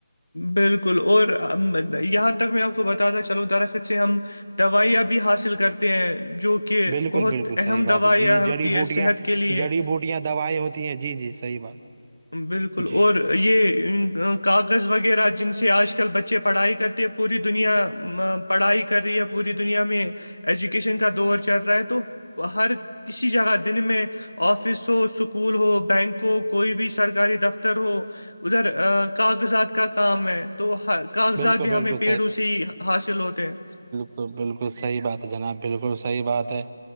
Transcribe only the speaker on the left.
بالکل اور یہاں تک میں آپ کو بتا چلوں درخت سے ہم دوائیاں بھی حاصل کرتے ہیں جو کہ
بہت
اہم
دوائیاں
ہوتی
ہے صحت کے لیے
بالکل
اور
یہ کاغذ وغیرہ جن سے آج کل بچے پڑھائی کرتے پوری دنیا پڑھائی کر رہی ہے پوری دنیا میں ایجوکیشن کا دور چل رہا ہے تو ہر کسی جگہ دن میں آفس ہو اسکول ہو بینک ہو کوئی بھی س سرکاری دفتر ہو ادھر کاغذات کا کام ہے تو کاغذات
بھی
ہمیں پیڑوں سے ہی حاصل ہوتے ہیں